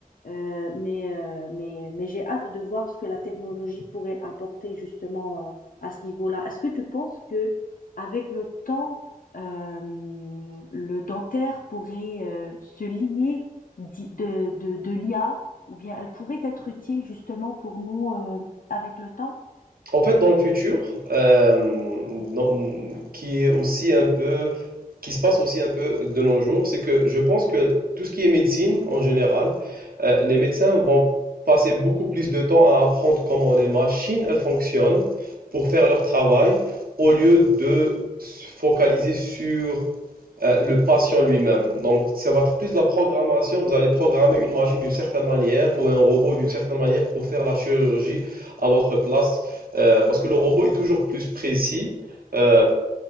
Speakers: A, on the left; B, on the right.
A: euh, mais, euh, mais, mais j'ai hâte de voir ce que la technologie pourrait apporter justement euh, à ce niveau-là. Est-ce que tu penses que avec le temps, euh, le dentaire pourrait euh, se lier d'i- de, de, de l'IA ou bien elle pourrait être utile justement pour nous euh, avec le temps?
B: En fait, dans le futur, euh, dans- qui est aussi un peu, qui se passe aussi un peu de nos jours, c'est que je pense que tout ce qui est médecine en général, euh, les médecins vont passer beaucoup plus de temps à apprendre comment les machines elles fonctionnent pour faire leur travail, au lieu de se focaliser sur euh, le patient lui-même. Donc, ça va être plus de la programmation. Vous allez programmer une machine d'une certaine manière ou un robot d'une certaine manière pour faire la chirurgie à votre place. Euh, parce que le robot est toujours plus précis. Euh,